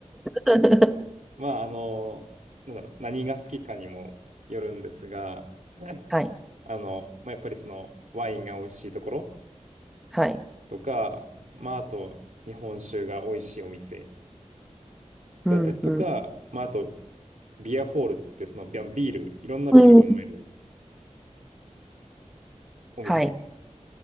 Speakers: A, in the centre; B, on the right (about 85°).
A: <laughs>
B: <laughs> まあ、あの、なんだろう、何が好きかにもよるんですが、<clears throat>
A: はい。
B: あの、まあ、やっぱりその、ワインが美味しいところ
A: はい。
B: とか、まあ、あと、日本酒が美味しいお店
A: うん、
B: だったりとか、
A: うん、
B: まあ、あと、ビアホールってそのビアビール、いろんなビールが飲める
A: うん
B: お店
A: はい。